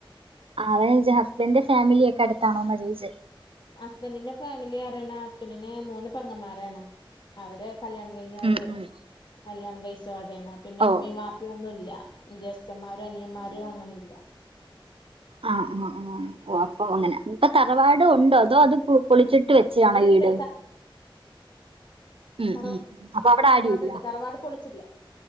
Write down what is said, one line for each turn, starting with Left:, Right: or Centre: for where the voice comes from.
Right: അതാ ൻച ഹസ്ബൻന്റെ ഫാമിലി ഒക്കെ അടുത്താണോന്നാ ചോയ്ച്ച
Left: ഹസ്ബൻഡിന്റെ ഫാമിലി അറിണ ഹസ്ബൻഡിന് മൂന്ന് പെങ്ങന്മാരാണ് അവര് കല്ല്യാണം കഴിഞ്ഞ അവര്
Right: ഉം ഉം
Left: കല്യാണം കഴിച്ചവ്ടെയാണ് പിന്നെ
Right: ഓ
Left: ഉമ്മയും വാപ്പി ഒന്നുംല്ല ജേസ്തന്മാരോ അനിയന്മാരോ അങ്ങനെല്ല
Right: ആഹ് ആഹ് ആഹ് ഓഹ് അപ്പൊ അങ്ങനെ ഇപ്പ തറവാടുണ്ടോ അതോ അത് പൊളിച്ചി ട്ട് വെച്ചയാണോ
Left: ഇണ്ട്
Right: ഈ വീട് ഉം
Left: തറവാ
Right: ഉം ഉം അപ്പൊ അവിടെ ആരും
Left: തറവാടുണ്ട്
Right: ഇല്ല
Left: തറവാട് പൊളിച്ചില്ല